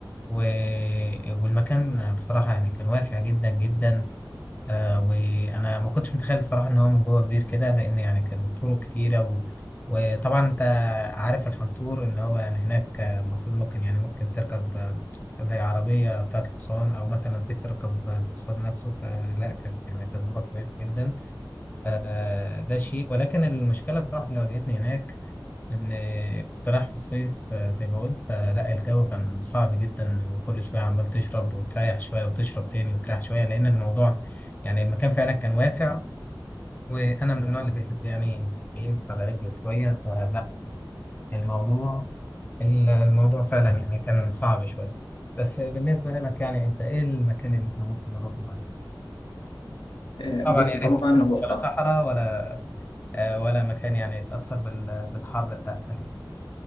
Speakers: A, on the left; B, on the left.
A: و... والمكان بصراحة يعني كان واسع جدا جدا آه وانا ما كنتش متخيل الصراحه ان هو من جوه كبير كده لان يعني كان طرق كتيره و... وطبعا انت عارف الحنطور ان هو يعني هناك آه، المفروض ممكن يعني ممكن تركب آه، زي عربيه بتاعه الحصان او مثلا بيك تركب الحصان نفسه فلا كانت يعني تجربه كويسه جدا آه ده شيء ولكن المشكله بصراحه اللي واجهتني هناك ان كنت رايح في الصيف آه، زي ما قلت فلا الجو كان صعب جدا وكل شويه عمال تشرب وتريح شويه وتشرب تاني وتريح شويه لان الموضوع يعني المكان فعلا كان واسع وانا من النوع اللي بيحب يعني يقف على رجله شويه فلا الموضوع ال- الموضوع فعلا يعني كان صعب شويه بس بالنسبه لك يعني انت ايه المكان اللي احنا ممكن نروحه بعد كده؟
B: آه،
A: طبعا
B: بص
A: يا
B: طبعا
A: ريت مش
B: هو
A: ولا صحراء ولا آه، ولا مكان يعني يتاثر بال- بالحر بتاع السنه دي.